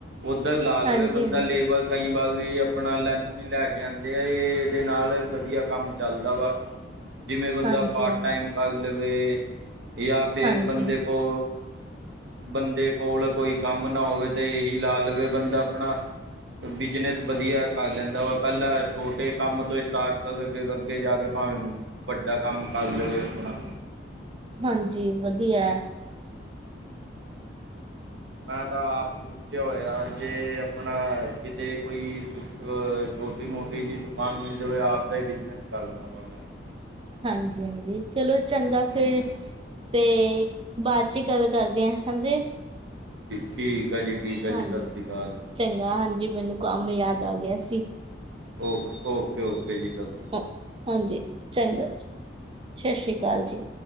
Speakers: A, on the right (about 75°); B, on the right (about 30°).
A: ਉੱਧਰ ਲਾ ਲਵੇ
B: ਹਾਂਜੀ
A: ਬੰਦਾ
B: ਹਾਂਜੀ
A: ਲੇਬਰ ਕਈ ਵਾਰ ਵੀ ਆਪਣਾ ਲੰਚ ਨਹੀਂ ਲੈ ਕੇ ਆਉਂਦੇ ਆ ਇਹਦੇ ਨਾਲ ਵਧੀਆ ਕੰਮ ਚੱਲਦਾ ਵਾ ਜਿਵੇਂ ਬੰਦਾ
B: ਹਾਂਜੀ
A: ਪਾਰਟ
B: ਹਾਂਜੀ
A: ਟਾਈਮ ਕਰ ਲਵੇ ਯਾਂ ਫਿਰ
B: ਹਾਂਜੀ
A: ਬੰਦੇ ਕੋ ਬੰਦੇ ਕੋਲ ਕੋਈ ਕੰਮ ਨਾ ਹੋਵੇ ਤੇ ਇਹੀ ਲਾ ਲਵੇ ਬੰਦਾ ਆਪਣਾ ਬਿਜਨਸ ਵਧੀਆ ਕਰ ਲੈਂਦਾ ਵਾ ਪਹਿਲਾਂ ਛੋਟੇ ਕੰਮ ਤੋਂ ਸਟਾਰਟ ਕਰਕੇ ਫਿਰ ਅੱਗੇ ਜਾ ਕੇ ਭਾਵੇਂ ਵੱਡਾ ਕੰਮ ਕਰ ਲਵੇ ਆਪਣਾ
B: ਹਾਂਜੀ ਵਧੀਆ ਅ
A: ਮੈਂ ਤਾਂ ਆਪ ਸ ਪੁੱਛਿਆ ਹੋਇਆ ਜੇ ਆਪਣਾ ਕਿਤੇ ਕੋਈ ਦੁ ਛੋਟੀ ਮੋਟੀ ਜਿਹੀੁ ਦੁਕਾਨ ਮਿਲ ਜਾਵੇ ਆਪ ਦਾ ਹੀ ਬਿਜਨਸ ਕਰਨਾ ਵਾ ਮੈਂ ਵੀ
B: ਹਾਂਜੀ ਹਾਂਜੀ ਚਲੋ ਚੰਗਾ
A: ਹੂੰ
B: ਫਿਰ ਤੇ ਬਾਅਦ ਚ ਗੱਲ ਕਰਦੇ ਹਾਂ ਹਾਂਜੀ
A: ਠੀਕ ਹੈ ਜੀ ਠੀਕ ਹੈ
B: ਹਾਂਜੀ
A: ਜੀ ਸਤਿ ਸ਼੍ਰੀ ਅਕਾਲ ਜੀ
B: ਚੰਗਾ ਹਾਂਜੀ ਮੈਨੂੰ ਕੰਮ ਯਾਦ ਆ ਗਿਆ ਸੀ
A: ਓਕੇ ਓਕੇ ਓਕੇ ਜੀ ਸਰ
B: ਹਾਂ ਹਾਂਜੀ ਚੰਗਾ ਜੀ ਸਤਿ ਸ੍ਰੀ ਅਕਾਲ ਜੀ